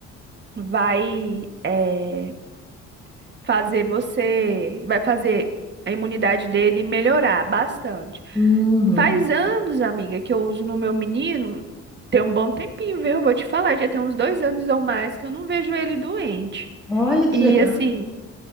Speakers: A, on the right (about 40°); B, on the left (about 15°).
A: vai. eh, fazer você, vai fazer a imunidade dele melhorar bastante.
B: uhum.
A: Faz anos, amiga, que eu uso no meu menino. Tem um bom tempinho, viu? Eu Vou te falar, já tem uns dois anos ou mais que eu não vejo ele doente.
B: Olha que
A: E
B: legal.
A: assim,